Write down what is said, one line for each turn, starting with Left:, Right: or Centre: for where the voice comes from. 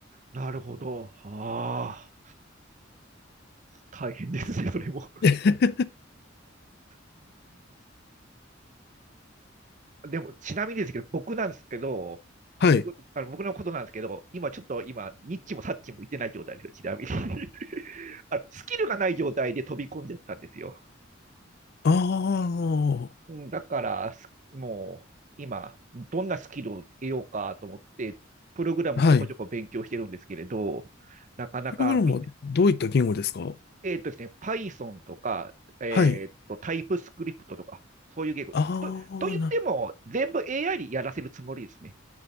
Right: なるほど。ああ、大変ですね、それも。
Left: <laughs>
Right: うんでも、ちなみにですけど、僕なんですけど、
Left: はい。
Right: 僕あの僕のことなんですけど、今ちょっと今、ニッチもサッチも行ってない状態ですよ、ちなみに。<laughs> あのスキルがない状態で飛び込んじゃったんですよ。
Left: ああ、
Right: うんだから、すもう今、どんなスキルを得ようかと思って、プログラムをちょこちょこ勉強してるんですけれど、
Left: はい。
Right: なかなかみ、
Left: プログラムはどういった言語ですか
Right: えーっとですね、Python とか、えーっと、
Left: はい。
Right: タイプスクリプトとか、そういう言語。
Left: ああ、
Right: と、と言っても、
Left: な、
Right: 全部 AI にやらせるつもりですね。